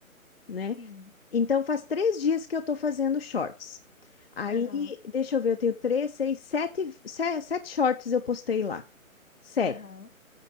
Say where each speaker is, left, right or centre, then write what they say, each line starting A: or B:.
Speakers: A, on the left; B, on the left.
A: né?
B: Sim.
A: Então, faz três dias que eu tô fazendo shorts. Aí,
B: Aham.
A: deixa eu ver, eu tenho três, seis, sete, se- sete shorts eu postei lá. Sete.
B: Aham.